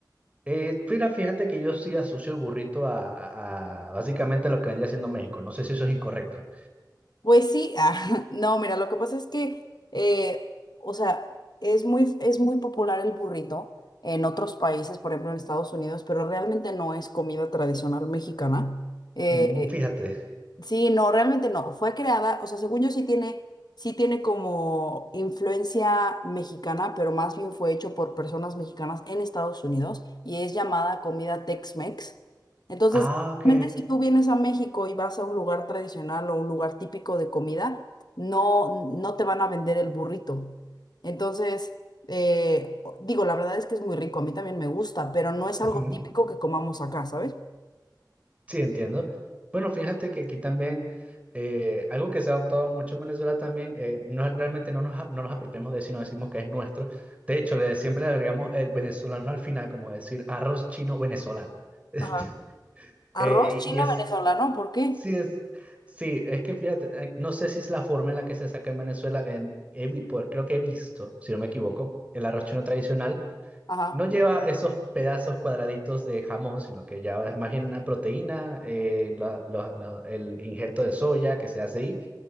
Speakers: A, on the right; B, on the left.
A: eh, mira, fíjate que yo sí asocio el burrito a, a- a básicamente lo que vendría siendo México. No sé si eso es incorrecto.
B: Pues sí, <laughs> ah, no, mira, lo que pasa es que, eh, o sea, es muy, es muy popular el burrito en otros países, por ejemplo en Estados Unidos, pero realmente no es comida tradicional mexicana. Eh,
A: Mm, fíjate.
B: Sí, no, realmente no. Fue creada, o sea, según yo sí tiene, sí tiene como influencia mexicana, pero más bien fue hecho por personas mexicanas en Estados Unidos y es llamada comida Tex-Mex. Entonces,
A: Ah, ok.
B: realmente si tú vienes a México y vas a un lugar tradicional o un lugar típico de comida, no, no te van a vender el burrito. Entonces, eh, digo, la verdad es que es muy rico, a mí también me gusta, pero no es algo
A: Ujú.
B: típico que comamos acá, ¿sabes?
A: Sí, entiendo. Bueno, fíjate que aquí también eh, algo que se ha adoptado mucho en Venezuela también, eh, no, es- realmente no nos, ap- no nos apropiamos de eso, no decimos que es nuestro. De hecho, le, siempre le agregamos el venezolano al final, como decir arroz chino venezolano. <laughs>
B: Ajá. Arroz
A: Eh, y,
B: chino
A: y es
B: venezolano, ¿por qué?
A: Sí, es, sí, es que fíjate, eh, no sé si es la forma en la que se saca en Venezuela, en, he vi- pues, creo que he visto, si no me equivoco, el arroz chino tradicional
B: Ajá,
A: no lleva esos pedazos cuadraditos de jamón, sino que ya es más bien una proteína, eh, la- la- la- el injerto de soya que se hace ahí,